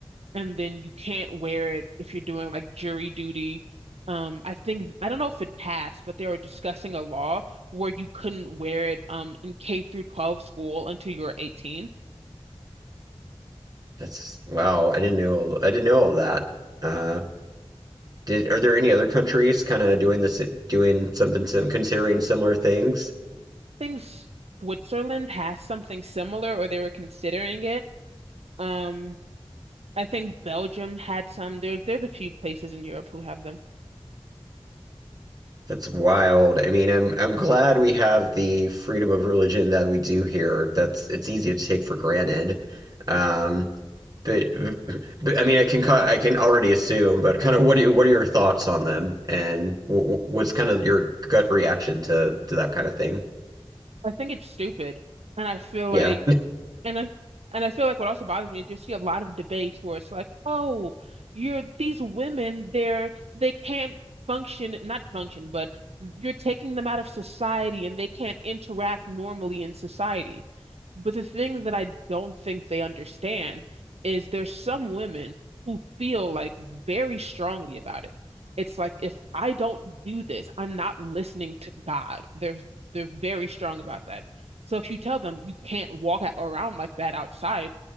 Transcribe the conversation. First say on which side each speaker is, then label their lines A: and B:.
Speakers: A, on the right; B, on the right.
A: and then you can't wear it if you're doing like jury duty. Um, I think I don't know if it passed, but they were discussing a law where you couldn't wear it um in K through 12 school until you were 18. I
B: That's wow. I didn't know. I didn't know all that. Uh, did are there any other countries kind of doing this, doing something sim considering similar things?
A: think Switzerland has something similar, or they were considering it. Um, I think Belgium had some. There, there's a few places in Europe who have them.
B: That's wild. I mean, I'm I'm glad we have the freedom of religion that we do here. That's it's easy to take for granted. Um, But, but I mean, I can I can already assume, but kind of what do you, what are your thoughts on them, and what's kind of your gut reaction to to that kind of thing?
A: I think it's stupid, and I feel
B: Yeah,
A: like And I and I feel like what also bothers me is you see a lot of debates where it's like, oh, you're these women, they're they can't function, not function, but you're taking them out of society and they can't interact normally in society. But the thing that I don't think they understand is there's some women who feel like very strongly about it. It's like if I don't do this, I'm not listening to God. They're they're very strong about that. So if you tell them you can't walk a- around like that outside,